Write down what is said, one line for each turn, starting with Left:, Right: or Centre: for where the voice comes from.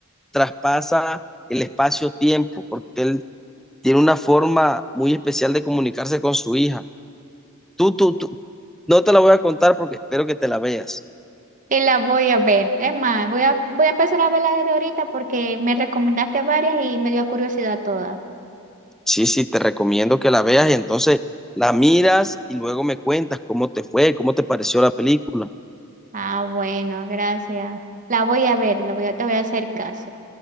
Centre: traspasa el espacio-tiempo, porque él tiene una forma muy especial de comunicarse con su hija. Tú, tú, tú, no te la voy a contar porque espero que te la veas.
Right: y la voy a ver. Es más, voy a, voy a empezar a verla desde ahorita porque me recomendaste varias y me dio curiosidad todas.
Centre: Sí, sí, te recomiendo que la veas y entonces la miras y luego me cuentas cómo te fue, cómo te pareció la película.
Right: Ah, bueno, gracias. La voy a ver, la voy a- te voy a hacer caso.